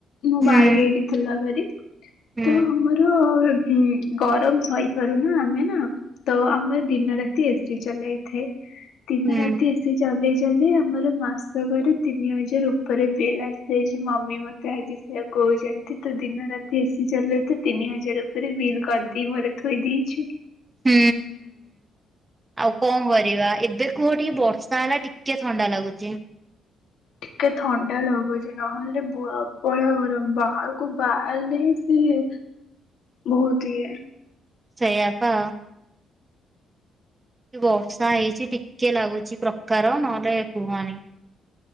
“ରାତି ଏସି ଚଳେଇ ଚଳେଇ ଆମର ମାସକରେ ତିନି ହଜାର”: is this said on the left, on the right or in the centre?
Left